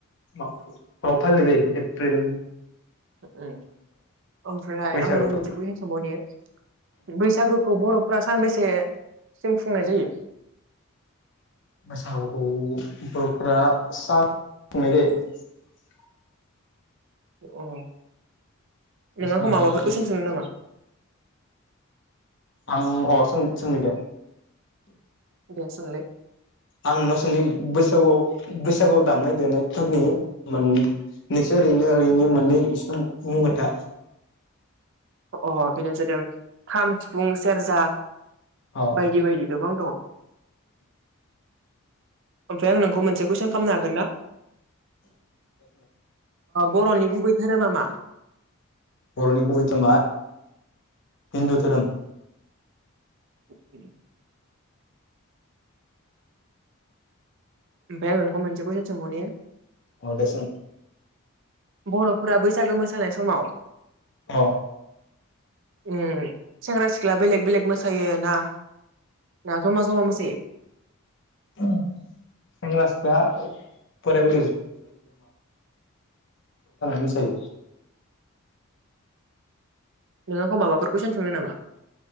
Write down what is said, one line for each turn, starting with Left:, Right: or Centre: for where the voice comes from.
Left: आव फालिनाय जायो एप्रिल।
Right: उम। ओमफ्राय
Left: बैसागो
Right: आं नुनो मोनसे कुइसन सोंबावनि बैसागोखौ बर' फोरा सानबेसेसिम फुंनाय जायो?
Left: <unintelligible>
Right: अह नों
Left: साहालागै
Right: आंखौ माबाफोर कुइसन सोंनो नामा?
Left: आं अ सोंनिदे?
Right: दे सोंलाय
Left: आं नाव सोंनि बैसागुआव बैसागुआव दामनाय देनायफोरनि मोननैसो ओरैनो ओरै मोननैसो मुं खोनथा
Right: अ बेनो जादों खाम, सिफुं, सेरजा,
Left: अ
Right: बायदि बायदि गोबां दङ। ओमफ्राय आं नोंखौ मोनसे कुइसन खालामनो हागोन ना बर'नि गुबै धोरोमा मा?
Left: बर'नि गुबै धोरोमा हिन्दु धोरोम।
Right: औ ओमफाय मोनसे कुइसन सोंबावनि।
Left: अ दे सों?
Right: बर'फोरा बैसागो मोसानाय समाव
Left: अ
Right: उ सेंग्रा सिख्ला बेलेग बेलेग मोसायो ना ना जमा जमा मोसायो।
Left: <inaudible> ज जानानै मोसायो।
Right: नों आखौ माबाफोरखौसों सोंनो नामा?